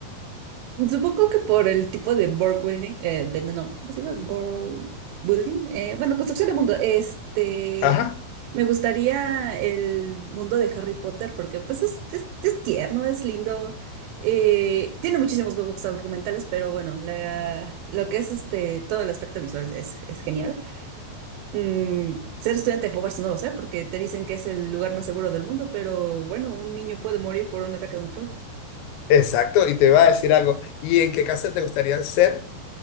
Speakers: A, on the right (about 80°); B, on the left (about 85°).
A: Supongo que por el tipo de world building, eh, de, no, no, ¿cómo se llama? World building. eh, bueno, construcción de mundo. Este,
B: Ajá,
A: me gustaría el mundo de Harry Potter porque pues es, es- es tierno, es lindo. eh, tiene muchísimos huecos argumentales, pero bueno, la- lo que es este, todo el aspecto visual es, es genial. Mm, ser estudiante de Hogwarts no lo sé, porque te dicen que es el lugar más seguro del mundo, pero bueno, un niño puede morir por un ataque de un troll.
B: exacto. Y te iba a decir algo. ¿Y en qué casa te gustaría ser?